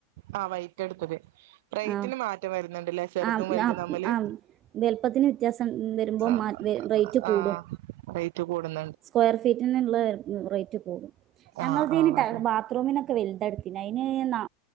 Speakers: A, on the right; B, on the right.
A: ആഹ് വൈറ്റ് എടുത്തത് റേറ്റിന്
B: ആ
A: മാറ്റം വരുന്നുണ്ടല്ലേ ചെറുതും
B: ആ
A: വലുതും
B: ആ
A: നമ്മില്
B: ആ വലുപ്പത്തിന് വ്യത്യാസം വരുമ്പോൾ
A: ആഹ് ആഹ് ആഹ്
B: റേറ്റ് കൂടും
A: ആഹ് ആഹ് റേറ്റ് കൂടുന്നു
B: സ്ക്വയർ ഫീറ്റിനിള്ള റേറ്റ് കുടും ഞങ്ങൾതേന്
A: ആഹ് ആഹ്
B: ടയറ്
A: അതെ
B: ബാത്റൂമിനൊക്കെ വലുത എടുത്തെ അയിന് നാ